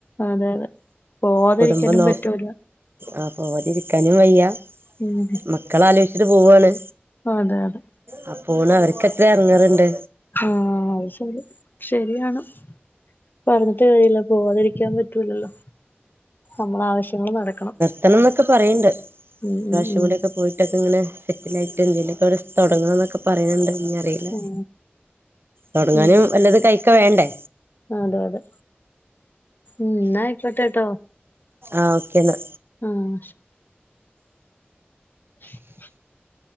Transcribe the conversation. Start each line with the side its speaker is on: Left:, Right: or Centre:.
Left: അതെ അതെ പോവാതിരിക്കാനും
Right: കുടുംബം നോ
Left: പറ്റൂല
Right: ആ പോവാതിരിക്കാനും വയ്യാ
Left: ഉം
Right: മക്കള ആലോയിച്ചിട്ട് പോവാണ്
Left: അതെ അതെ
Right: ആ പോണ അവർക്ക്ത്ര എടറങ്ങേറ്ണ്ട്
Left: ഉം അത്ശേരി ശരിയാണ്. പറഞ്ഞിട്ട് കാര്യല്ല പോവാതെരിക്കാൻ പറ്റൂലല്ലോ നമ്മള ആവശ്യങ്ങൾ നടക്കണം.
Right: <unintelligible> എന്നൊക്കെ പറയിണ്ട് <unintelligible>
Left: ഉം ഉം
Right: പോയിട്ട്.
Left: ഉം
Right: മുറ്റത്തിങ്ങനെ സെറ്റിലായിയിട്ട് എന്തെകിലൊക്കെ തൊടങ്ങണം എന്നൊക്ക പറയുന്നുണ്ട് ഇനി അറി ഇല്ല,
Left: ഉം
Right: തുടങ്ങാനും
Left: ഉം
Right: വല്ലതും കൈക്ക വേണ്ടേ.
Left: അതെ അതെ ഇന്നാ ആയിക്കോട്ടേട്ടോ.
Right: ആഹ് ഓക്കെ എന്നാ
Left: ഉം ശെരി <inaudible>